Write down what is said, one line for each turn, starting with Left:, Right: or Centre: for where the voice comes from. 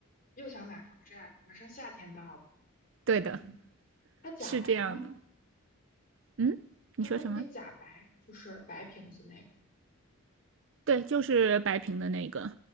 Left: 又想买防晒了，马上夏天到了。
Right: 对的，
Left: 嗯，它假白吗？
Right: 是这样的。嗯，
Left: 它会不会假白？
Right: 你说什么？
Left: 就是白瓶子那个。
Right: 对，就是白瓶的那个，